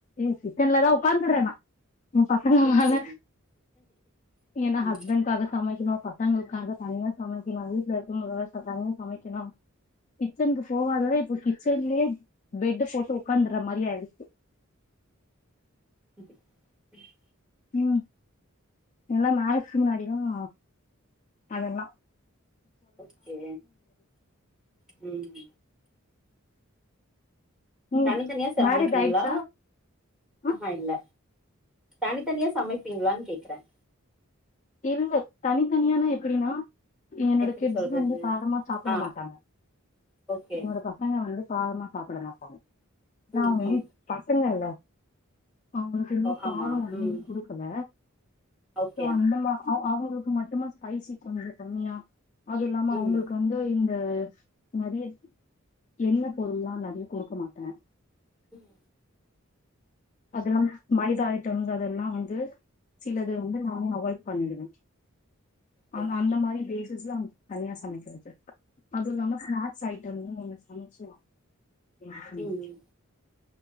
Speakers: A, on the left; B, in the centre.
A: இசி தென்னாத ஒப் பந்துறேணா என் பசங்கனால
B: ஓகே
A: என்ன
B: ம்
A: ஹஸ்பண்ட்காக சமைக்கணும் பசங்களுக்காக ச தனியாக சமைக்கணும் வீட்டல இருக்கும் வோர தனியாக சமைக்கணும் கிச்சனுக்கு போகாத இப்போ கிச்சன்லயே பெட்டு போட்டு ஒக் ஒக்கந்திர மரியரியைச்சு
B: உம் <unintelligible>
A: உம் எல்லாம் மேரேஸ் முன்னாடிதான் அதெல்லாம்
B: ஓகே உம்
A: ம்
B: தனித்தனியா சமைப்பீங்களா
A: மேரேஜ் ஆயிடுச்சா ஆ
B: ஆஹஹா இல்ல தனித்தனியா சமைப் அப்படிங்களான்னு கேக்குறேன்
A: இல்ல தனி தனியானா எப்புடினா என்னோட
B: எப்டி
A: கிட்ஸ்
B: சொல்றது
A: வந்து காரமா சாப்பிட
B: ஆ
A: மாட்டாங்க
B: ஓகே
A: என்னோட பசங்க வந்து காரமா சாப்பிட மா இருபங்ங நான்
B: ம்
A: உ
B: ம்
A: ன் பசங்க இல்ல அவங்களுக்கு இன்னும்
B: ஓ ஆமா
A: காரம் ஒன்னு
B: ம்
A: குடுக்கல
B: ஓகே
A: சே அந்த அவுங்களுக்கு மட்டுமா ஸ்பைசி கொஞ்ச கம்மியா அது இல்லாம
B: ம்
A: அவுங்களுக்கு வந்து இந்த ஹ நெறைய எண்ண பொருள் எல்லாம் நெறைய கொடுக்க மாட்டேன்
B: உம்
A: அதெல்லாம மைத ஆயிட்டம்ஸ் அதெல்லாம் வந்து சிலது வந்து நானும் அவாய்ட் பண்ணிடுவேன்
B: ஓகே
A: அ அந்த மாதிரி டிஸ்லாம் தனியா சமைக்கிறது அது இல்லாம ஸ்னாக்ஸ் ஐட்டமும் நிச்யா ஹாயிம்
B: ம்